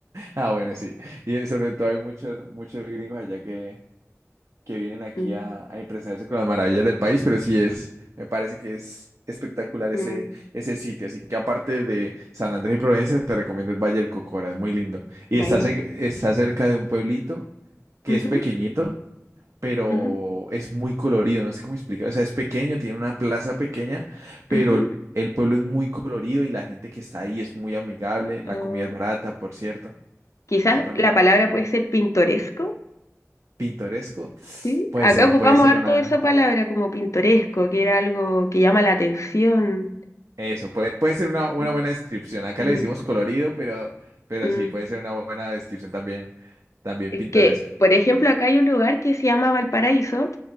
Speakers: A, on the right; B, on the left.
A: Ah, bueno, sí, y eh, sobre todo hay muchos, muchos gringos allá que, que vienen aquí
B: Mm,
A: a, a impresionarse con las maravillas del país, pero sí es, me parece que es espectacular ese,
B: mm,
A: ese sitio, así que aparte de San Andrés y Providencia, te recomiendo el Valle del Cocora, es muy lindo. Y
B: baile.
A: está, ce- está cerca de un pueblito que
B: Ujú,
A: es pequeñito pero
B: ujú,
A: es muy colorido, no sé cómo explicar. O sea, es pequeño, tiene una plaza pequeña, pero
B: ujú.
A: el, el pueblo es muy colorido y la gente que está ahí es muy amigable. La
B: O
A: comida es barata, por cierto.
B: quizás
A: Eso también
B: la
A: es
B: palabra puede ser pintoresco,
A: pintoresco.
B: ¿sí?
A: Puede
B: Acá
A: ser,
B: ocupamos
A: puede ser
B: harto
A: una...
B: esa palabra como pintoresco, que era algo que llama la atención.
A: Eso, puede, puede ser una, una
B: Mm,
A: buena descripción. Acá
B: mm.
A: le decimos colorido, pero, pero
B: mm.
A: sí, puede ser una buena descripción también, también
B: eh,
A: pintoresco.
B: que, por ejemplo, acá hay un lugar que se llama Valparaíso,